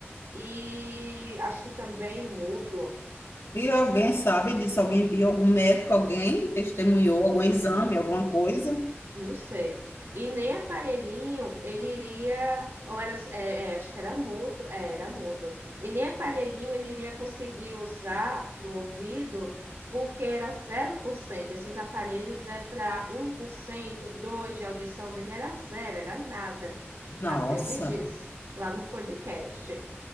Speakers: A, on the right (about 80°); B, on the left (about 75°).
A: e acho que também mudo.
B: E alguém sabe disso? Alguém viu? Algum médico? Alguém testemunhou? Algum exame? Alguma coisa?
A: Não sei. E nem aparelhinho ele iria, ou era, é, é, acho que era mudo, é, era mudo. E nem aparelhinho ele iria conseguir usar no ouvido, porque era zero por cento. Esses aparelhos é para um 1%, 2% de audição dele, era zero, era nada.
B: Nossa,
A: Assim ele diz lá no podcast.